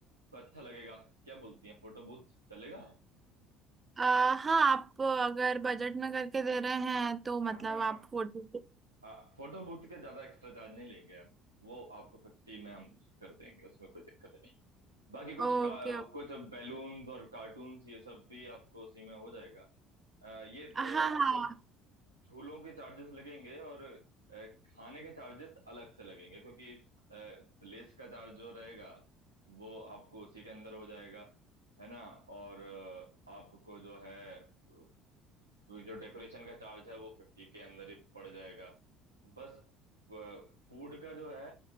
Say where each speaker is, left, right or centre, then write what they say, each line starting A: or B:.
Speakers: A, on the right; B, on the right.
A: तो अच्छा लगेगा क्या बोलती हैं फोटो बूथ चलेगा
B: आ, हाँ आप अगर बजट में करके दे रहे हैं तो
A: हाँ
B: मतलब
A: हाँ
B: आप फोटो
A: आ, फोटो बूथ के ज्यादा एक्स्ट्रा चार्ज नहीं लेंगे हम वो आपको फिफ्टी में हम कर देंगे उसमें कोई दिक्कत नहीं बाकी कुछ
B: ओके
A: का,
B: ओके
A: कुछ बैलून्स और कार्टून्स ये सब भी आपको उसी में हो जाएगा आ, ये
B: हाँ
A: आ, आपको
B: हाँ
A: झूलों के चार्जेस लगेंगे और अ, खाने के चार्जेस अलग से लगेंगे क्योंकि प्लेस का चार्ज जो रहेगा वो आपको उसी के अंदर हो जाएगा है ना और अ, आपको जो है अ, जो डेकोरेशन का चार्ज है वो फिफ्टी के अंदर ही पड़ जाएगा बस फूड का जो है